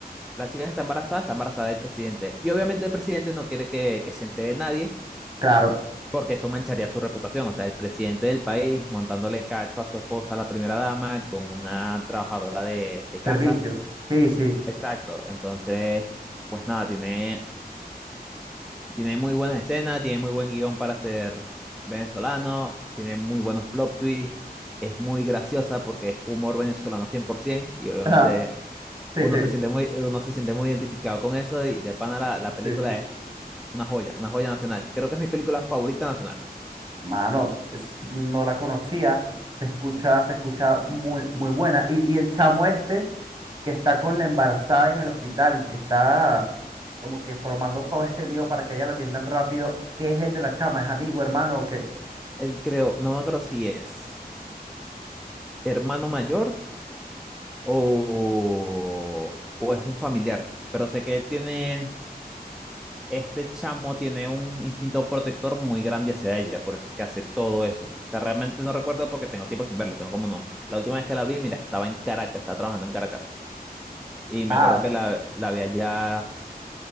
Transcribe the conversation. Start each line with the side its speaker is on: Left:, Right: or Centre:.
Centre: la chica que está embarazada está embarazada del presidente. Y obviamente el presidente no quiere que, que se entere nadie
Right: Claro,
Centre: porque eso mancharía su reputación. O sea, el presidente del país montándole cacho a su esposa, la primera dama, con una trabajadora de, de casa.
Right: servicio. Sí, sí.
Centre: Exacto. Entonces, pues nada, tiene, tiene muy buenas escenas, tiene muy buen guión para ser venezolano, tiene muy buenos plot twists, es muy graciosa porque es humor venezolano 100% y obviamente
Right: Ajá, Sí,
Centre: uno
Right: sí,
Centre: se siente muy, uno se siente muy identificado con eso y de pana la, la película
Right: sí, sí.
Centre: es una joya, una joya nacional. Creo que es mi película favorita nacional.
Right: Mano, es- no la conocía. Se escucha, se escucha muy, muy buena. Y, y el chamo este que está con la embarazada en el hospital, el que está como que formando todo este lío para que ella la atiendan rápido, ¿qué es el de la chama? ¿Es amigo, hermano o qué?
Centre: Él creo, no me acuerdo si es hermano mayor o, o es un familiar, pero sé que tiene, este chamo tiene un instinto protector muy grande hacia ella, por eso es que hace todo eso. O sea, realmente no recuerdo porque tengo tiempo sin verlo, tengo como no. La última vez que la vi, mira, estaba en Caracas, estaba trabajando en Caracas y me
Right: Ah,
Centre: acuerdo que la, la vi allá